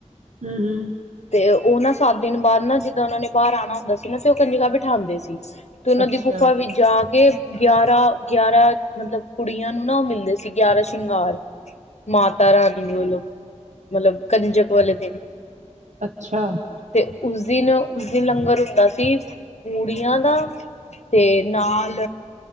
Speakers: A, on the right (about 75°); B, on the left (about 65°).
A: ਹੂ, ਹੂ
B: ਤੇ ਉਹ ਨਾ ਸੱਤ ਦਿਨ ਬਾਦ ਨਾ ਜਿੱਦਾਂ ਉਹਨਾਂ ਨੇ ਬਾਰ ਆਣਾ ਹੁੰਦਾ ਸੀ, ਨਾ ਤੇ ਉਹ ਕੰਜਕਾ ਬਿਠਾਦੇ ਸੀ। ਤੇ ਓਨਾ
A: ਅੱਛਾ
B: ਦੀ ਗੁਫਾ ਵਿੱਚ ਜਾ ਕੇ ਗਿਆਰਾਂ -ਗਿਆਰਾਂ ਮਤਲਬ ਕੁੜੀਆਂ ਨੂੰ ਨਾ ਉਹ ਮਿਲਦੇ ਸੀ, ਗਿਆਰਾਂ ਸ਼ਿੰਗਾਰ। ਮਾਤਾ ਰਾਣੀ ਵਲੋਂ, ਮਲਬ ਕੰਜਕ ਵਾਲੇ ਦਿਨ।
A: ਅੱਛਾ!
B: ਤੇ ਉਸ ਦਿਨ, ਉਸ ਦਿਨ ਲੰਗਰ ਹੁੰਦਾ ਸੀ ਪੂਰੀਆਂ ਦਾ ਤੇ ਨਾਲ,